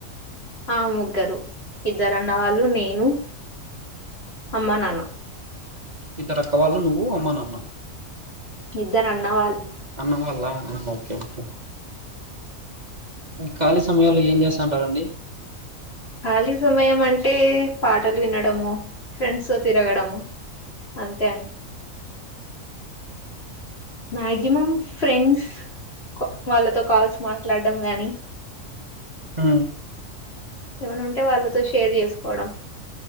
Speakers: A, on the left; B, on the right.
A: ఆ ముగ్గరు ఇద్దరు అన్న వాళ్ళు నేను అమ్మా నాన్న
B: ఇద్దరక్కవాళ్ళు నువ్వు అమ్మనాన్న
A: ఇద్దరు అన్న వాల్
B: అన్నవాల్ల ఆ ఓకే ఓకే ఖాళీ సమయాంలో ఏం చేస్తంటారండి
A: ఖాళీ సమయం అంటే పాటలు వినడము ఫ్రెండ్స్ తో తిరగడం అంతే అండి మాక్సిమం ఫ్రెండ్స్ వాళ్ళతో కాల్స్ మాట్లాడడం గాని
B: ఆ
A: ఏమనా ఉంటే వాళ్ళతో షేర్ చేసుకోవడం